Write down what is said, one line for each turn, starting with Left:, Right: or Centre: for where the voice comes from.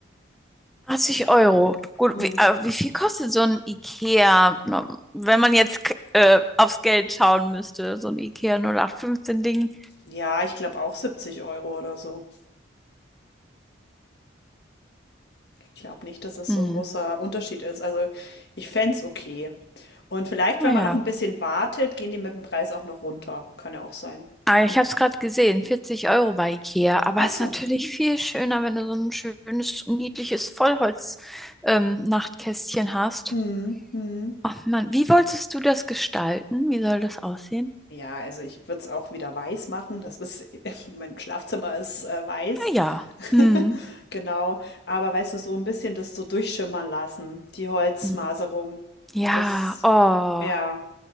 Centre: 80 Euro. Gut,
Left: Hm.
Centre: wie, äh, wie viel kostet so ein IKEA, na, wenn man jetzt k- äh, aufs Geld schauen müsste, so ein IKEA 0815-Ding?
Left: Ja, ich glaube auch 70 Euro oder so. Ich glaube nicht, dass das
Centre: Hm.
Left: so ein großer Unterschied ist. Also ich fände es okay. Und vielleicht,
Centre: Naja.
Left: wenn man noch ein bisschen wartet, gehen die mit dem Preis auch noch runter. Kann ja auch sein.
Centre: Ah, ich habe es gerade gesehen, 40 Euro bei Ikea. Aber
Left: Ach
Centre: es
Left: so.
Centre: ist natürlich viel schöner, wenn du so ein schönes, niedliches Vollholz-Nachtkästchen hast.
Left: Mhm. Mhm.
Centre: Ach Mann, wie wolltest du das gestalten? Wie soll das aussehen?
Left: Ja, also ich würde es auch wieder weiß machen. Das ist, <laughs> mein Schlafzimmer ist äh, weiß.
Centre: Naja. Hm.
Left: <laughs> Genau, aber weißt du, so ein bisschen das so durchschimmern lassen, die Holzmaserung.
Centre: Hm. Ja,
Left: Das
Centre: oh.
Left: ja,